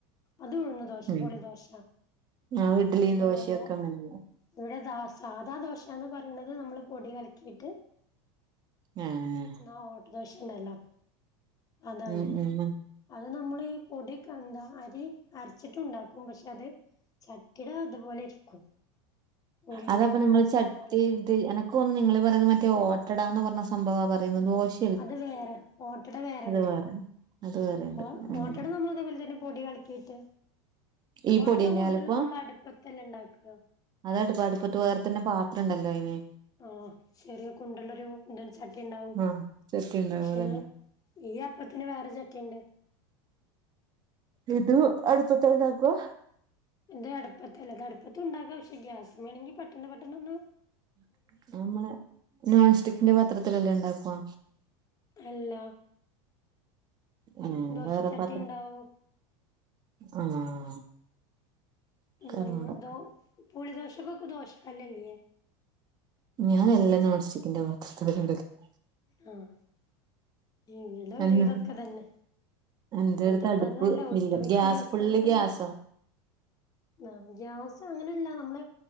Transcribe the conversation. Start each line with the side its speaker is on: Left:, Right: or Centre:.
Left: അതുഴ്ന്ന്ദോശ
Right: ഉം
Left: പോളി ദോശ
Right: ആഹ് ഇഡ്ലിം
Left: പിന്നെ
Right: ദോശ്യഒക്കെ
Left: നമ്മളെ
Right: അങ്ങനെല്ലേ
Left: ഇവിടെ ധാസാ സാധാ ദോശാന്ന് പറിണത് നമ്മൾ പൊടി കലക്കീട്ട്
Right: ഉം.
Left: ആാ ഓട്ടദോശണ്ടല്ലോ അതാണ്.
Right: ഉം ഉം
Left: അത് നമ്മൾ ഈ പൊടിെ എന്താ അരി അരച്ചിട്ടുണ്ടാക്കും പക്ഷെ അത്. ചട്ടിടോ അതുപോലെ ഇരിക്കും. ഒരു
Right: അതപ്പൊ നിങ്ങള്
Left: അവസ്ഥ
Right: ചട്ടി
Left: പോലെ
Right: ഇട്ട് എനക്ക് തോന്ന്ന്നു നിങ്ങള് പറയുന്നത് മറ്റേ ഓട്ടടാന്ന് പറഞ്ഞ സംഭവാ പറയുന്നത് ദോശ
Left: അത് വേറെ ഓട്ടട വേറേണ്ട്
Right: വേറെ അത് വേറെണ്ട്
Left: ഓ <unintelligible>
Right: ഉം
Left: നമ്മളിതേ പോലെ തന്നെ പൊടി കലക്കീട്ട്
Right: ഈ
Left: ഓട്ടട
Right: പൊടിയന്നെ
Left: കൂടുതലും
Right: കലക്കുവാ
Left: നമ്മള് അടുപ്പത്തെല്ലേ ഉണ്ടാക്കുക
Right: അത് അടുപ്പ അടുപ്പത്ത് വേറെതന്നെ പാത്രംണ്ടല്ലോ അയിന്
Left: ആഹ് ചെറിയ കുണ്ടുള്ളൊരു <unintelligible> ചട്ടി ഉണ്ടാവും
Right: ആഹ് ചട്ടി ഉണ്ടാവും
Left: ക്ഷെ
Right: അതന്നെ
Left: ഈ അപ്പത്തിന് വേറെ ചട്ടിയുണ്ട്
Right: ഇത് അടുപ്പത്ത ണ്ടാക്കുവ
Left: <unintelligible> അടുപ്പത്തല്ലേ ഇത് അടുപ്പത്തു ഉണ്ടാക്കാം പക്ഷെ ഗ്യാസ് വേണമെങ്കി പെട്ടെന്ന് പെട്ടെന്ന് <unintelligible>
Right: <unintelligible> നോൺ സ്റ്റിക്കിന്റെ പത്രത്തിലല്ലെ ഉണ്ടാക്കുവാ
Left: അല്ല
Right: ഉം
Left: ദോശച്ചട്ടി
Right: വേറെ പാത്രം
Left: ഉണ്ടാവു
Right: ആഹ് എനിക്കറിഞ്ഞൂടാ
Left: അല്ല <unintelligible> ദോ പുളി ദോശക്കൊക്കെ ദോശക്കല്ലല്ലേ
Right: ഞാൻ എല്ലാം നോൺസ്റ്റിക്കിന്റെ പാത്രത്തിലാ <unintelligible>
Left: <unintelligible> <unintelligible>
Right: എന്ന
Left: തന്നെ
Right: എന്റെടുത്ത്
Left: ഒരുവിധംന്നല്ല
Right: അടുപ്പ്
Left: ഒട്ടുമിക്ക
Right: ഇല്ല ഗ്യാസ്
Left: ദിവസങ്ങളിലും
Right: ഫുള്ള് ഗ്യാസാ
Left: ദോശ <unintelligible> ഗ്യാസ് അങ്ങനല്ല നമ്മള്